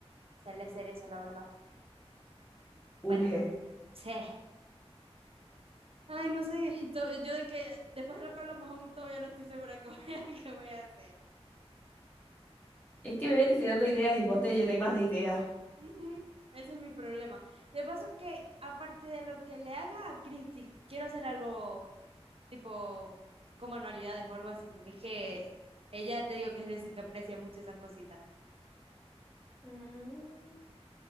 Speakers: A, on the right (about 60°); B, on the left (about 15°).
A: sale hacer eso, la verdad.
B: Urge.
A: Bueno, sí. Ay, no sé, <laughs> to- yo de que después de lo que hablamos aún todavía no estoy segura que voy a, <laughs> qué voy a hacer.
B: Es que bebé te estoy dando ideas y vos te llenáis más de ideas.
A: Ujú, Ese es mi problema. De paso que, aparte de lo que le haga a Christy, quiero hacer algo tipo como anualidades o algo así, porque es que ella te digo que es de esas que aprecia mucho esas cositas.
B: Mm.